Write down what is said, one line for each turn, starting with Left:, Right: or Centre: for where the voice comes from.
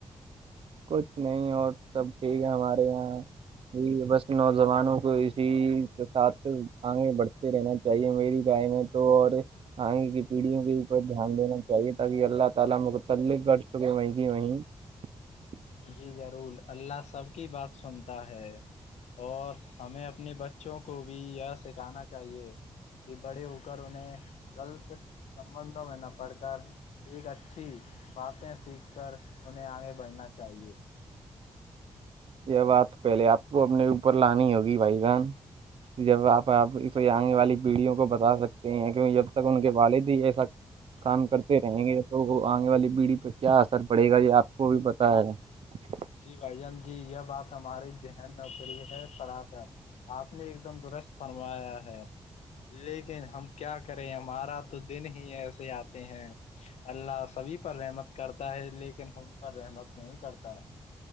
Right: <unintelligible>
Left: جی ضرور اللہ سب کی بات سنتا ہے اور ہمیں اپنے بچوں کو بھی یہ سکھانا چاہیے کہ بڑی ہو کرر انہیں غلط سبندوں میں نہ پڑھ کر ایک اچھی باتیں سیکھ کر انہیں آگے بڑھنا <unintelligible>
Right: یہب آپ پہلے آپ کو اپنے اوپر لانی ہوگی بھائی جان جب آپ آپ آنے والی پیڑھیوں کو بتا سکتے ہیں کیہ جب تک ان کے والد ہی ایسا کام کرتے رہیں گے تو تو آگنے والی پیڑھی پہ کیا اثر پڑے گا یہ آپ کو بھی پتا ہے
Left: جی بھائی جان جی یہ بات ہمارے ذہن میں پری ہے سرافت آپ نے ایک دم درست فرمایا ہے لیکن ہم کیا کریں ہمارا تو دن ہی ایسے آتے ہیں اللہ سبھی پر رحمت کرتا ہے لیکن ہم پر رحمت نہیں کرتا